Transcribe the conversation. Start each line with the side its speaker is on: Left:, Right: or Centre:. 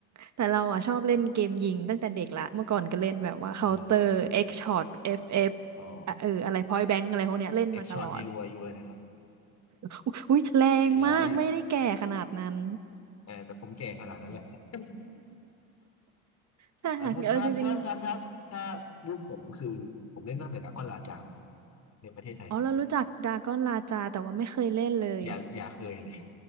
Right: แต่เราอ่ะชอบเล่นเกมยิงตั้งแต่เด็กละ เมื่อก่อนก็เล่นแบบว่า
Left: เออ
Right: Counter X Shot FF อฟเอฟ
Left: อ๋อ
Right: อ่ะเอออะไร Point Blank อะไรพวกเนี้ยเล่นมาตลอด
Left: เอ็กช็อตนี่รวยอยู่เลยนะครับ
Right: อุ้ยแรงมากไม่ได้แก่ขนาดนั้น
Left: เดี๋ยว เออแต่ผมแก่ขนาดนั้นแหละ <laughs>
Right: ใช่ค่ะเออจริง
Left: แต่ถ้าถ้าถ้าถ้าถ้าถ้ายุคผมคือผมเล่นตั้งแต่ดราก้อนลาจาในประเทศไทย
Right: ๆอ๋อเรารู้จักดากอนลาจาแต่ว่าไม่เคยเล่นเลย
Left: อย่าอย่าเคยเลย